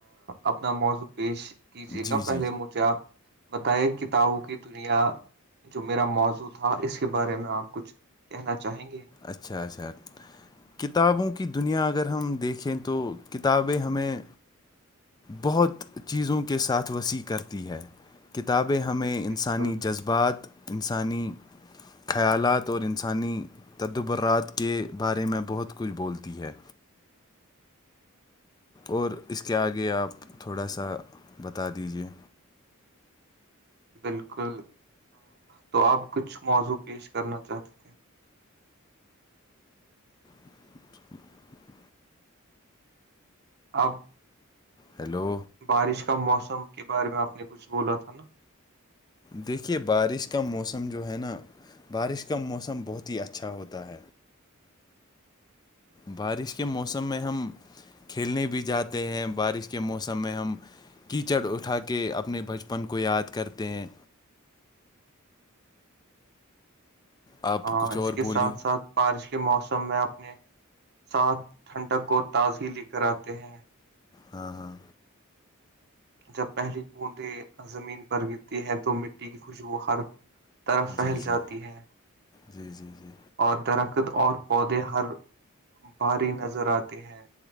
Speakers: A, on the right; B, on the left.
A: اپنا موضوع پیش کیجے
B: جی
A: گا پہلے
B: جی
A: مجھے آپ بتائے کتابوں کی دنیا جو میرا موضوع تھا اس کے بارے میں آپ کچھ کہنا چاہیں گے
B: اچھا اچھا کتابوں کی دنیا اگر ہم دیکھیں تو کتابیں ہمیں بہت چیزوں کے ساتھ وسیع کرتی ہے کتابیں ہمیں انسانی
A: بالکل
B: جذبہ بات انسانی خیالات اور انسانی تدبر رات کے بارے میں بہت کچھ بولتی ہے اور اس کے آگے آپ تھوڑا سا بتا دیجیے
A: بالکل تو آپ کچھ موضوع پیش کرنا چاہتے تھے
B: <inaudible>
A: آپ
B: ہیلو
A: بارش کا موسم کے بارے میں آپ نے کچھ بولا تھا نا
B: دیکھیے بارش کا موسم جو ہے نا بارش کا موسم بہت ہی اچھا ہوتا ہے بارش کے موسم میں ہم کھیلنے بھی جاتے ہیں بارش کے موسم میں ہم کیچڑ اٹھا کے اپنے بچپن کو یاد کرتے ہیں آپ
A: ہاں
B: کچھ
A: اس
B: اور
A: کے
B: بولیے
A: ساتھ ساتھ بارش کے موسم میں اپنے ساتھ ٹھنڈک کو تازگی لے کر آتے ہیں
B: ہاں ہاں
A: جب پہلی بوندیں زمین پر گرتی ہے تو مٹی کی خوشبو ہر طرف پھیل
B: جی جی
A: جاتی ہے
B: جی جی جی
A: اور درخت اور پودے ہر بھاری نظر آتے ہیں